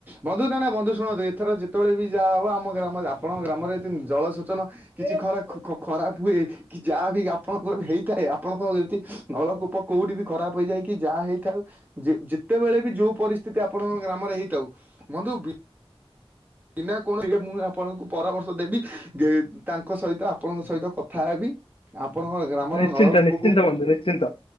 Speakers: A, on the right (about 20°); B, on the left (about 65°).
A: ବନ୍ଧୁ ନା ନା ବନ୍ଧୁ ଶୁଣନ୍ତୁ ଏଥର ଯେତେବେଳେ ବି ଯାହା ହବ ଆମ ଗ୍ରାମ ଆପଣଙ୍କ ଗ୍ରାମରେ ଜଳସୋଚନ କିଛି ଖରା ଖ ଖ ଖରାପ ହୁଏ। କି ଯାହା ବି ଆପଣଙ୍କର ହେଇଥାଏ ଆପଣଙ୍କ ଯି ନଳକୂପ କୋଉଠି ବି ଖରାପ ହେଇଯାଏ କି ଯାହା ହେଇଥାଉ ଯେ ଯେତେବେଳେ ବି ଯୋଉ ପରିସ୍ଥିତି ଆପଣଙ୍କ ଗ୍ରାମରେ ହେଇଥାଉ ବନ୍ଧୁ ବି କିନା କଣ ଏଇ ମୁଁ ଆପଣଙ୍କୁ ପରାମର୍ଶ ଦେବି ଯେ ତାଙ୍କ ସହିତ ଆପଣଙ୍କ ସହିତ କଥା ହେବି ଆପଣଙ୍କ ଗ୍ରାମର
B: ନିଶ୍ଚିନ୍ତ
A: ନଳକୂପକୁ
B: ନିଶ୍ଚିନ୍ତ ବନ୍ଧୁ ନିଶ୍ଚିନ୍ତ